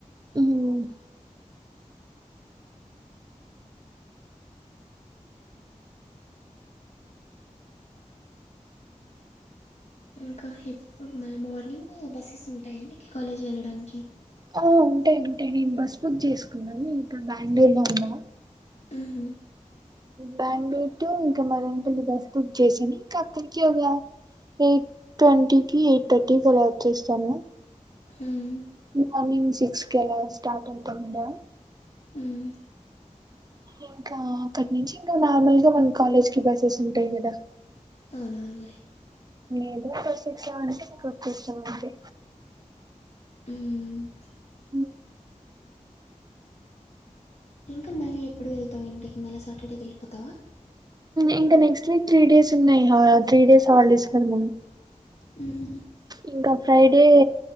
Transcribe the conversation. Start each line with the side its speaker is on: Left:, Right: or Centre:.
Right: హ్మ్
Left: ఇంకా ఎప్పుడు మా మార్నింగు బస్సెస్ ఉంటాయ మీకు కాలేజ్ వెళ్ళడానికి
Right: ఉ ఉంటాయి ఉంటాయి నేను బస్ బుక్ చేసుకున్నాను నే ఇప్పుడు బెంగళూరులో ఉన్నా
Left: ఆహా
Right: బెంగళూరు టు ఇంకా మదనపల్లి బస్ బుక్ చేసుకొని ఇంకా అక్కడికేనా ఎయిట్ ట్వంటీకిి ఎయిట్ థర్టీకిలా వచ్చేస్తాము
Left: మ్ హు
Right: మార్నింగ్ సిక్స్ కలా స్టార్ట్ అవుతాం ఇడ
Left: మ్
Right: ఇంకా అక్కడి నుంచి ఇంకా నార్మల్ గా మన కాలేజ్ కి బస్సెస్ ఉంటాయి కదా
Left: ఔను ఔనులే
Right: ఏదో బస్సు ఎక్కామంటే నువ్వు గుర్తొచ్చావు అంతే
Left: మ్
Right: ఉ
Left: ఇంకా మళ్ళీ ఎప్పుడు వెళ్తావు ఇంటికి మళ్ళీ సాటర్డే వెళ్ళిపోతావా
Right: ఇంకా నెక్స్ట్ వీక్ త్రీ డేస్ ఉన్నాయి ఆ త్రీ డేస్ హాలిడేస్ కద మమ్
Left: మ్
Right: ఇంకా ఫ్రైడే